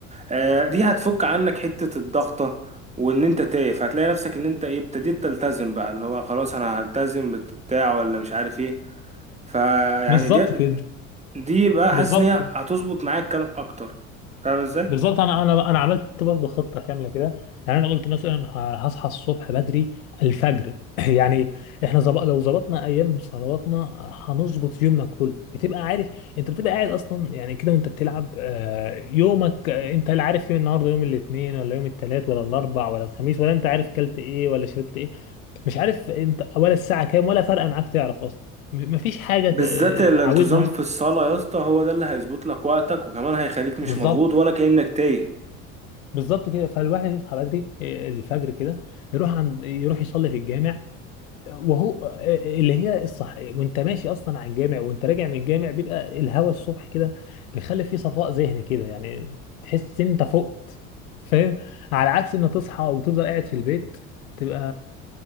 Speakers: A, on the right; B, on the left.
A: آه دي هتفك عنك حته الضغطه وان انت تايه فهتلاقي نفسك ان انت ايه ابتديت تلتزم بقى اللي هو خلاص انا هلتزم بتاع ولا مش عارف ايه فيعني
B: بالظبط
A: دي
B: كده
A: دي بقى
B: بالظبط
A: حاسس ان هي هتظبط معايا الكلام اكتر فاهم ازاي
B: بالظبط انا انا انا عملت برضه خطه كامله كده يعني انا قلت مثلا ه- هصحى الصبح بدري الفجر <laughs> <clears throat> يعني احنا زب... لو ظبطنا ايام صلواتنا هنظبط يومنا كله بتبقى عارف انت بتبقى قاعد اصلا يعني كده وانت بتلعب آه، يومك آه، انت لا عارف يوم النهارده يوم الاثنين ولا يوم الثلاث ولا الاربع ولا الخميس ولا انت عارف كلت ايه ولا شربت ايه مش عارف انت ولا الساعه كام ولا فارقه معاك تعرف اصلا م- مفيش حاجه
A: بالذات
B: ت- آه،
A: الانتظام
B: عاوزها
A: في الصلاة يا اسطى هو ده اللي هيظبط لك وقتك وكمان هيخليك مش
B: بالظبط
A: مضغوط ولا كأنك تايه
B: بالظبط كده فالواحد يصحى بدري آه، الفجر كده يروح عند يروح يصلي في الجامع وهو آه، آه، اللي هي الصح وانت ماشي اصلا على الجامع وانت راجع من الجامع بيبقى الهوا الصبح كده بيخلي فيه صفاء ذهني كده يعني تحس ان انت فقت فاهم على عكس ما تصحى وتفضل قاعد في البيت تبقى